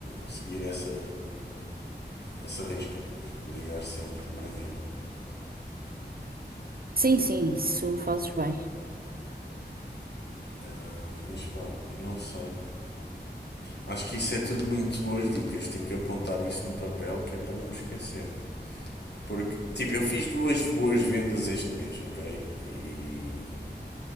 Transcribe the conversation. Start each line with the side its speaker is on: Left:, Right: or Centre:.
Left: seguir essa, essa risca de ligar sempre de manhã.
Right: Sim, sim, isso fazes bem.
Left: Ah, mas pá, não sei. Acho que isso é tudo muito boas dicas. Tenho que apontar isso num papel que é para não me esquecer. Porque, tipo, eu fiz duas boas vendas este mês, ok? E